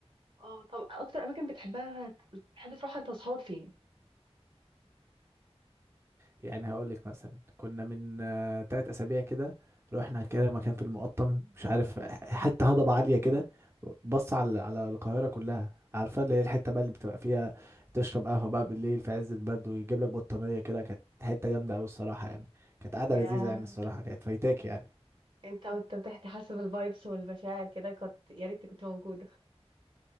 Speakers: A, on the right; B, on the right.
A: اه طب أكتر أماكن بتحبها بتحب تروحها أنت وأصحابك فين؟
B: يعني هقول لك مثلا كنا من آه، تلات اسابيع كده رحنا كده مكان في المقطم مش عارف حته هضبه عاليه كده بص على على القاهره كلها عارفه اللي هي الحته بقى اللي بتبقى فيها تشرب قهوه بقى بالليل في عز البرد ويجيب لك بطانيه كده كانت حته جامده قوي الصراحه يعني كانت قاعده
A: يا
B: لذيذه يعني الصراحه كانت فايتاك يعني
A: أنت وأنت بتحكي حسب الفايبس والمشاعر كده كنت يا ريت كنت موجودة